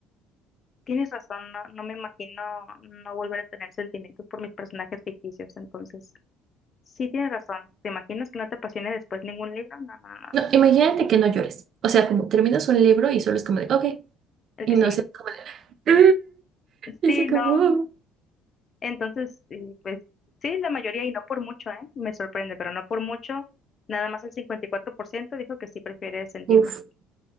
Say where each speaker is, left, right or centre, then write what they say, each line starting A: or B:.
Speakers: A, on the left; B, on the right.
A: tienes razón, no, no me imagino no volver a tener sentimientos por mis personajes ficticios, entonces sí tienes razón, ¿te imaginas que no te apasione después ningún libro? No, no, no, no,
B: No, imagínate que no llores. O sea, como terminas un libro y solo es como de, ok,
A: el
B: y
A: que
B: no
A: sigue.
B: se como de, "Mm,
A: Sí,
B: y se acabó.
A: no, Entonces, y pues sí, la mayoría y no por mucho, ¿eh? Me sorprende, pero no por mucho. Nada más el 54% dijo que sí prefiere sentir
B: Uf,
A: más.